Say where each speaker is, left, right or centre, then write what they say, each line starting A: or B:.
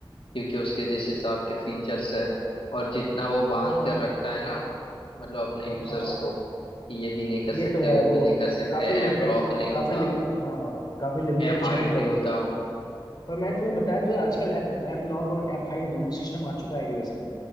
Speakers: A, on the left (about 85°); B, on the left (about 45°).
A: क्योंकि उसके जिस हिसाब के फीचर्स है और जितना वो बांध
B: हाँ हाँ
A: कर रखता है ना मतलब अपने यूजर्स
B: हाँ हाँ
A: को कि ये भी नहीं कर
B: ये
A: सकते
B: तो है
A: वो
B: वो
A: भी नहीं कर सकते
B: काफी लिमिटेड
A: ऐप लॉक नहीं होता
B: काफी लिमिट हाँ काफी लिमिटेड
A: ऐप हाइड
B: चीजें कर
A: नहीं होता
B: दी है पर मैं तुम्हें बताया तो है, आजकल ऐप ऐप लॉक और ऐप हाइड दोनों सिस्टम आ चुका है iOS में